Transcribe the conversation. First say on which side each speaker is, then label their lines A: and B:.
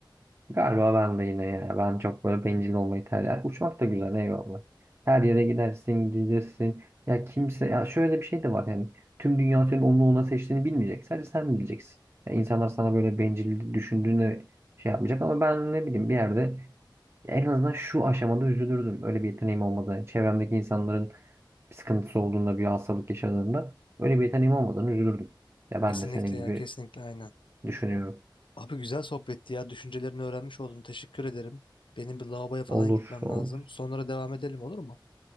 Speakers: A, on the right; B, on the left.
A: Galiba ben de yine ya. Ben çok böyle bencil olmayı tercih ederim. Uçmak da güzel eyvallah. Her yere gidersin, gelirsin. Ya kimse ya şöyle bir şey de var yani. Tüm dünya senin onu ona seçtiğini bilmeyecek. Sadece sen bileceksin. Ya insanlar sana böyle bencil düşündüğünde şey yapmayacak ama ben ne bileyim bir yerde en azından şu aşamada üzülürdüm. Öyle bir yeteneğim olmadan, çevremdeki insanların bir sıkıntısı olduğunda, bir hastalık yaşadığında öyle bir yeteneğim olmadan üzülürdüm. Ya ben
B: Kesinlikle
A: de senin gibi
B: ya kesinlikle aynen.
A: düşünüyorum.
B: Abi güzel sohbetti ya düşüncelerini öğrenmiş oldum teşekkür ederim. Benim bir lavaboya falan
A: Olur,
B: gitmem
A: olur.
B: lazım. Sonra devam edelim olur mu?